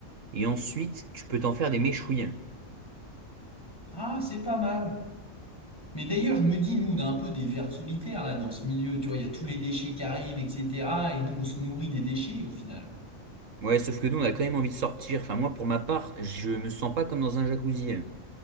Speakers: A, on the right; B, on the left.
A: Et ensuite, tu peux t'en faire des méchouilles.
B: ah c'est pas mal. Mais d'ailleurs je me dis nous on a un peu des vers solitaires là dans ce milieu, tu vois, il y a tous les déchets qui arrivent etc. Et nous on se nourrit des déchets au final.
A: Ouais, sauf que nous, on a quand même envie de sortir. Enfin, moi, pour ma part, je me sens pas comme dans un jacuzzi.